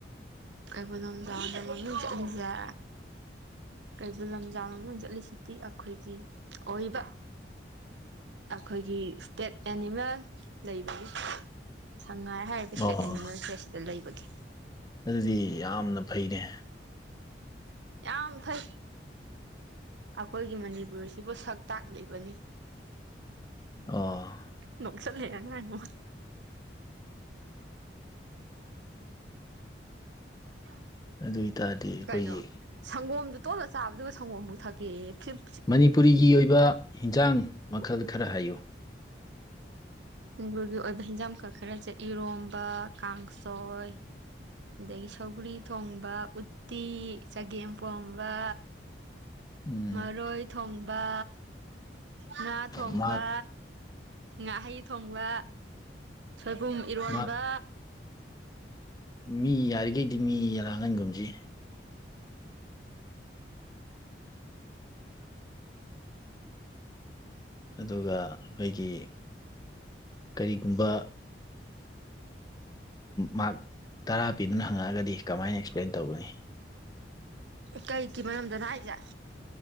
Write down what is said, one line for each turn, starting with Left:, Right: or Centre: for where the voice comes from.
Right: ꯀꯩꯕꯨꯜ ꯂꯝꯖꯥꯎꯅ ꯃꯃꯤꯡ ꯆꯠꯂꯤꯖꯦ ꯀꯩꯕꯨꯜ ꯂꯝꯖꯥꯎꯅ ꯃꯃꯤꯡ ꯆꯠꯂꯤꯁꯤꯗꯤ ꯑꯩꯈꯣꯏꯒꯤ ꯑꯣꯏꯕ ꯑꯩꯈꯣꯏꯒꯤ ꯏꯁꯇꯦꯠ ꯑꯦꯅꯤꯃꯦꯜ ꯂꯩꯕꯒꯤ ꯁꯉꯥꯏ ꯍꯥꯏꯔꯤꯕ
Left: ꯑꯣ
Right: ꯏꯁꯇꯦꯠ ꯑꯦꯅꯤꯃꯦꯜꯁꯦ ꯁꯤꯗ ꯂꯩꯕꯒꯤ
Left: ꯑꯗꯨꯗꯤ ꯌꯥꯝꯅ ꯐꯩꯅꯦ
Right: ꯌꯥꯝꯝ ꯐꯩ ꯑꯩꯈꯣꯏꯒꯤ ꯃꯅꯤꯄꯨꯔꯁꯤꯕꯨ ꯁꯛ ꯇꯥꯛꯂꯤꯕꯅꯤ
Left: ꯑꯣ
Right: ꯅꯣꯛꯆꯔ ꯂꯛꯑꯦꯅ ꯑꯉꯣꯟ <inaudible>
Left: ꯑꯗꯨ ꯑꯣꯏ ꯇꯥꯔꯗꯤ ꯑꯩꯈꯣꯏꯒꯤ
Right: ꯀꯩꯅꯣ ꯁꯪꯒꯣꯝꯗꯣ ꯇꯣꯠꯂ ꯆꯥꯕꯗꯨ ꯁꯪꯒꯣꯝꯕꯨꯛ ꯊꯛꯀꯦꯌꯦ ꯐꯤꯞ
Left: ꯃꯅꯤꯄꯨꯔꯤꯒꯤ ꯑꯣꯏꯕ ꯍꯟꯖꯥꯡ ꯃꯈꯜ ꯈꯔ ꯍꯥꯏꯌꯨ
Right: ꯃꯅꯤꯄꯨꯔꯒꯤ ꯑꯣꯏꯕ ꯍꯤꯟꯖꯥꯡꯈꯛ ꯈꯔꯁꯦ ꯏꯔꯣꯝꯕ ꯀꯥꯡꯁꯣꯏ ꯑꯗꯒꯤ ꯁꯧꯒ꯭ꯔꯤ ꯊꯣꯡꯕ ꯎꯠꯇꯤ ꯆꯒꯦꯝꯄꯣꯝꯕ
Left: ꯎꯝ
Right: ꯃꯔꯣꯏ ꯊꯣꯡꯕ ꯉꯥ ꯊꯣꯡꯕ
Left: ꯃꯥ
Right: ꯉꯥꯍꯩ ꯊꯣꯡꯕ ꯁꯣꯏꯕꯨꯝ ꯏꯔꯣꯟꯕ
Left: ꯃꯥ ꯃꯤ ꯌꯥꯔꯤꯒꯩꯗꯤ ꯃꯤ ꯌꯥꯂꯥꯡꯍꯟꯒꯨꯝꯁꯤ ꯑꯗꯨꯒ ꯑꯩꯈꯣꯏꯒꯤ ꯀꯔꯤꯒꯨꯝꯕ ꯃꯥꯛ ꯇꯔꯥ ꯄꯤꯕꯅ ꯍꯪꯉꯛꯑꯒꯗꯤ ꯀꯃꯥꯏꯅ ꯑꯦꯛꯁꯄ꯭ꯂꯦꯟ ꯇꯧꯒꯅꯤ
Right: ꯀꯩꯒꯤ ꯃꯔꯝꯗꯅꯣ ꯍꯥꯏꯁꯦ